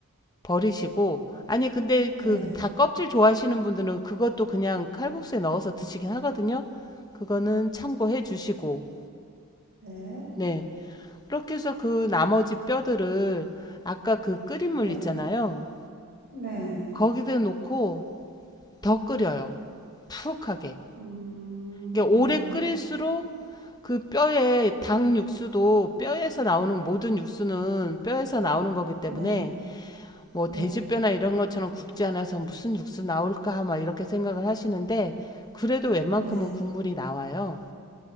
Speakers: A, on the left; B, on the right.
A: 버리시고 아니 근데
B: 네,
A: 그
B: 네,
A: 다 껍질 좋아하시는 분들은 그것도 그냥 칼국수에 넣어서 드시긴 하거든요. 그거는 참고해 주시고
B: 네, 네,
A: 네 그렇게 해서 그 나머지 뼈들을 아까 그 끓인 물
B: 네,
A: 있잖아요.
B: 네, 네.
A: 거기다 놓고 더 끓여요. 푹하게.
B: 음,
A: 이게 오래
B: 네,
A: 끓일수록 그 뼈에 닭 육수도 뼈에서 나오는 모든 육수는 뼈에서 나오는 거기 때문에
B: 네,
A: 뭐
B: 네,
A: 돼지뼈나 이런 것처럼 굽지 않아서 무슨 육수 나올까 막 이렇게 생각을 하시는데 그래도 웬만큼은
B: 네.
A: 국물이 나와요.